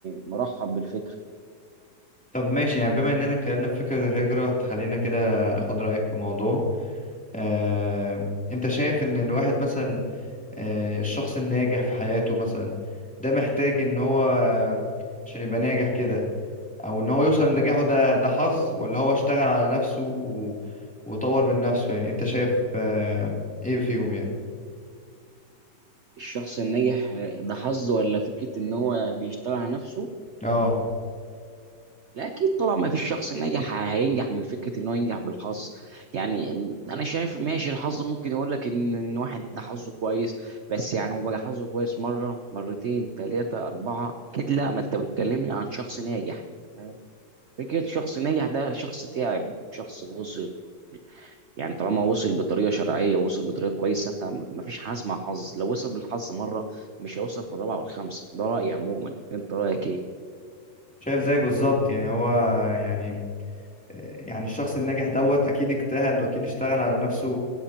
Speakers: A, on the right; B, in the centre.
A: مرحب بالفكره
B: طب ماشي يعني بما اننا اتكلمنا في فكرة الهجرة تخلينا كده اخد رأيك في موضوع آه، انت شايف ان الواحد مثلا آه، الشخص الناجح في حياته مثلا ده محتاج ان هو آه، عشان يبقى ناجح كده او ان هو يوصل لنجاحه ده ده حظ ولا هو اشتغل على نفسه و... وطور من نفسه يعني انت شايف آه، ايه فيهم يعني
A: الشخص الناجح ده حظ ولا فكره ان هو بيشتغل على نفسه
B: اه
A: لا اكيد طبعا ما فيش شخص ناجح هينجح من فكره ان هو ينجح بالحظ يعني انا شايف ماشي الحظ ممكن يقول لك ان ان واحد ده حظه كويس بس يعني هو بقى حظه كويس مره مرتين ثلاثه اربعه اكيد لا ما انت بتكلمني عن شخص ناجح انت فاهم فكرة شخص ناجح ده شخص تعب وشخص وصل يعني طالما وصل بطريقة شرعية ووصل بطريقة كويسة فمفيش حظ مع حظ لو وصل بالحظ مرة مش هيوصل في الرابعة والخامسة ده رأيي عموما انت رأيك ايه؟
B: شايف زيك بالظبط يعني هو يعني يعني الشخص الناجح دوت اكيد اجتهد واكيد اشتغل على نفسه